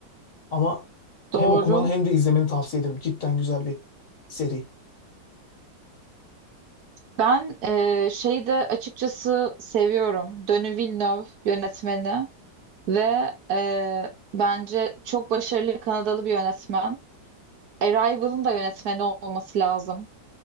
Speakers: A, on the left (about 50°); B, on the right (about 65°).
A: Ama
B: doğru.
A: hem okumanı hem de izlemeni tavsiye ederim. Cidden güzel bir seri.
B: Ben e, şeyi de açıkçası seviyorum. Denis Villeneuve yönetmeni ve e, bence çok başarılı Kanadalı bir yönetmen. Arrival'ın da yönetmeni olması lazım.